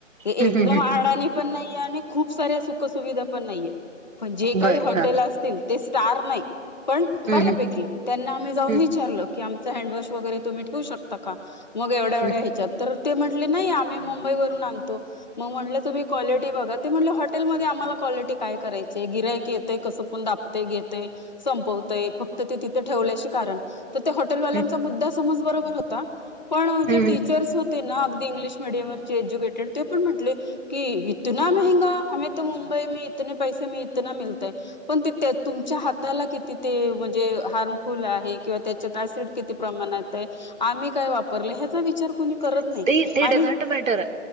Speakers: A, on the left (about 35°); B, on the right (about 80°).
A: हे
B: हम्म
A: एकदम
B: हम्म हम्म हम्म
A: आडाणी पण नाहीये, आणि खूप साऱ्या सुखसुविधा पण नाहीयेत. पण जे काही
B: बर
A: हॉटेल
B: हा
A: असतील ते स्टार नाही. पण बऱ्यापैकी
B: हम्म हम्म
A: त्यांना आम्ही जाऊन
B: हम्म
A: विचारलं की आमचं हँडवॉश वगैरे तुम्ही ठेवू शकता का मग एवढ्या एवढ्या
B: हम्म
A: ह्याच्यात तर, ते म्हटले नाही आम्ही मुंबईवरून आणतो मग म्हटलं तुम्ही क्वालिटी बघा,, ते म्हटले हॉटेलमध्ये आम्हाला क्वालिटी काय करायचीय गिरायक येतंय कसपन दाब ते घेतय संपवतंय फक्त ते तिथे ठेवल्याशी कारण तर तो हॉटेलवाल्यांचा
B: हम्म
A: मुद्दा, सम बरोबर होता <inaudible> पण जे
B: हम्म
A: टीचर्स होते ना अगदी इंग्लिश मीडियमवररचे एज्युकेटेड ते पण म्हटले की इतना, ह मेहंगा आम त मुंबई म इतने पैसे म इतना मिळतय पण ते त्या, तुमच्या हाताला किती ते म्हणजे हार्मफुल आहे किंवा त्याच्यात ऍसिड किती प्रमाणात आहे, आम्ही काय वापरलं ह्याचा विचार, कोणी करत
B: <inaudible>
A: नाही
B: ते ते
A: आणि
B: डझं्ट ट मॅटर